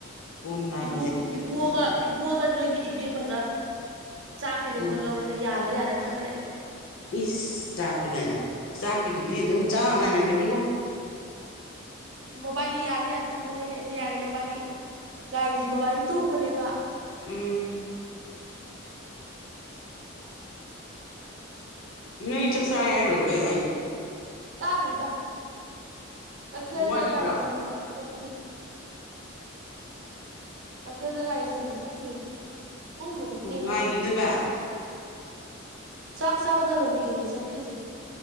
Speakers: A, on the left; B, on the right.
A: ꯀꯣꯝ ꯂꯥꯛꯑꯒꯗꯤ
B: ꯏꯕꯨꯡ
A: ꯑꯩꯈꯣꯏꯗꯤ ꯊꯛꯄꯨ
B: ꯏꯕꯨꯡꯉꯣꯒ
A: ꯊꯛꯇꯦꯗ
B: ꯏꯕꯨꯡꯉꯣꯒ ꯅꯣꯏꯒꯤ ꯏꯕꯦꯝꯃ ꯆꯥꯛꯀꯤꯗꯨꯃ
A: ꯎꯝ
B: ꯂꯧꯔꯒ ꯌꯥꯜꯂ ꯌꯥꯜꯂ ꯊꯛꯒꯠꯂꯛꯏꯕ
A: ꯏꯁ ꯆꯥꯛꯀꯤ ꯀꯥꯏꯅ ꯆꯥꯛꯀꯤꯗꯨꯗꯤ ꯑꯗꯨꯝ ꯆꯞ ꯃꯥꯟꯅꯕꯅꯤꯕꯣ
B: ꯃꯣꯕꯥꯏꯅꯤ ꯌꯥꯅꯤ ꯌꯥꯅꯤ ꯊꯛꯀꯠ ꯂꯩꯅꯤ ꯑꯩꯅ ꯌꯥꯔꯦ ꯃꯣꯕꯥꯅꯤ ꯒꯥꯔꯤꯁꯨ ꯃꯣꯕꯥꯅꯤ ꯇꯣꯡꯕꯅꯦꯕ
A: ꯎꯝ
B: ꯑ
A: ꯅꯣꯏ ꯆꯥꯛ ꯆꯥꯔꯦ ꯍꯥꯏꯔꯣꯁꯨ ꯀꯩ ꯍꯥꯏꯅꯣ
B: ꯆꯥꯗ꯭ꯔꯤꯗ ꯀꯩꯊꯦꯜꯗ
A: ꯋꯥꯠꯂꯤꯕ꯭ꯔꯣ
B: ꯒꯥꯔꯤ
A: ꯑꯣ
B: ꯁꯦꯝꯕ ꯆꯠꯈꯤ ꯇꯈꯦꯜꯗ ꯒꯥꯔꯤ ꯁꯦꯝꯕ ꯆꯠꯈꯤꯑ ꯄꯨꯡꯕꯨꯗꯤ ꯊꯦꯡꯉ
A: ꯉꯥꯏꯈꯤꯗꯣꯏꯕ
B: ꯄꯣꯠꯅꯦ ꯆꯥꯛ ꯆꯥꯒꯗꯕ ꯃꯤꯗꯨꯅꯦ ꯆꯠꯈ꯭ꯔꯤꯁꯦ